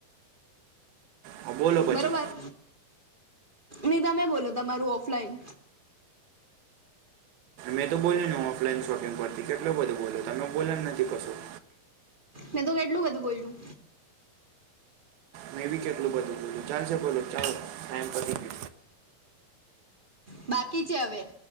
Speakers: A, on the right (about 85°); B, on the right (about 20°).
A: હા, બોલો પછી
B: બરોબર નહી તમે બોલો તમારું ઓફલાઈન
A: મેં તો બોલ્યો ને ઓફલાઈન શોપિંગ પરથી કેટલો બધું બોલ્યો તમે બોલ્યાજ નથી કશું
B: મેં તોું કેટલું બધું બોલયું
A: મેં બી કેટલું બધું બોલ્યો ચાલસે હવે બોલો ચાલો ટાઈમ પતિ ગયો
B: બાકી છે હવે